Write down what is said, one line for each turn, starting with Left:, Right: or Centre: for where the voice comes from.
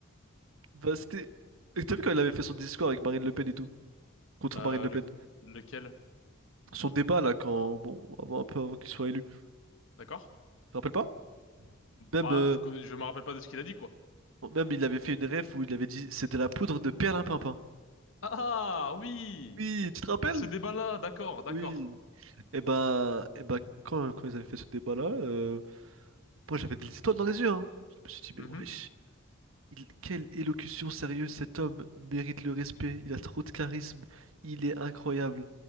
Right: bah, c'était. Et T'as vu quand il avait fait son discours avec Marine Le Pen et tout? Contre
Left: Euh,
Right: Marine Le
Left: le,
Right: Pen.
Left: lequel?
Right: Son débat, là, quand. Bon, avant, un peu avant qu'il soit élu. Tu
Left: D'accord?
Right: te rappelles pas? Même,
Left: Bah,
Right: euh,
Left: je, co- je me rappelle pas de ce qu'il a dit, quoi.
Right: bon, même, il avait fait une ref où il avait dit c'est de la poudre de perlimpinpin.
Left: Ah ah, oui,
Right: Oui, tu te rappelles?
Left: ce débat-là, d'accord, d'accord.
Right: Oui. Et ben, et ben quand, quand ils avaient fait ce débat-là, euh, Moi, j'avais des étoiles dans les yeux, hein. Je me suis dit, mais
Left: Mhm,
Right: wesh, il- quelle élocution sérieuse, cet homme mérite le respect, il a trop de charisme, il est incroyable.